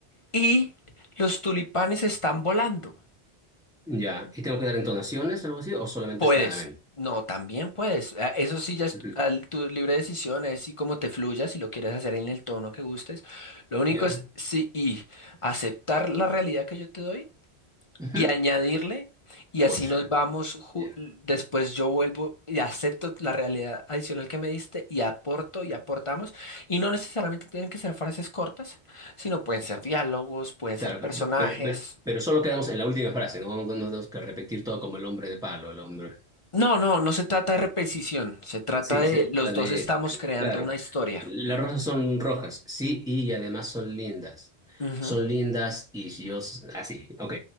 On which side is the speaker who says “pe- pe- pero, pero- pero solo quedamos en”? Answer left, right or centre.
Centre